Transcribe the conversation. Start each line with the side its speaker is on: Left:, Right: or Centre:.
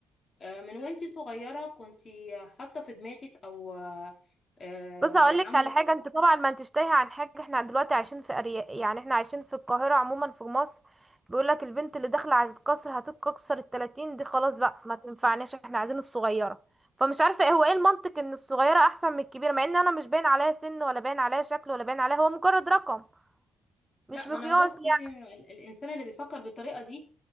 Left: آه، من وانت صغيره كنت حاطه في دماغك او آه، آه،
Right: بص هقول لك
Left: عامله
Right: على حاجه انت طبعا ما انتش تايهه عن حاجه احنا دلوقتي عايشين في ارياف يعني احنا عايشين في القاهره عموما في مصر بيقول لك البنت اللي داخله على القصر هتتكسر ال 30 دي خلاص بقى ما تنفعناش احنا عايزين الصغيره فمش عارفه ايه هو ايه المنطق ان الصغيره احسن من الكبيره مع ان انا مش باين عليا سن ولا باين عليا شكل ولا باين عليا هو مجرد رقم مش
Left: لا
Right: مقياس
Left: ما انا بصي
Right: يعني
Left: ال- الانسان اللي بيفكر بالطريقه دي